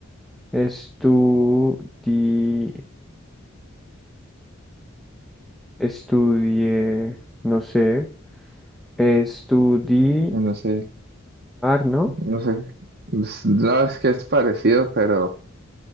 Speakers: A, in the centre; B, on the right.
A: estudi, estudie, no sé, estudiar,
B: No sé,
A: ¿no?
B: no sé. Es- No es que es parecido, pero